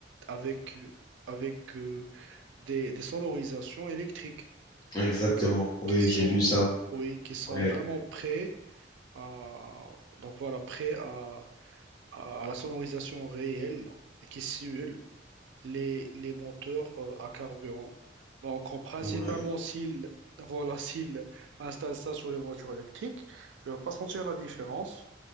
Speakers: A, on the right (about 75°); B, on the left (about 20°).
A: avec euh, avec euh, des, des sonorisations électriques,
B: Exactement.
A: donc
B: Oui,
A: qui sont
B: j'ai vu ça.
A: oui, qui sont
B: Ouais.
A: vraiment prêts à donc voilà prêts à, à, à la sonorisation réelle et qui simulent les, les moteurs euh, à carburant. Donc, on- principalement,
B: Ouais.
A: s'ils voilà, s'ils installent ça sur les voitures électriques, je ne vais pas sentir la différence.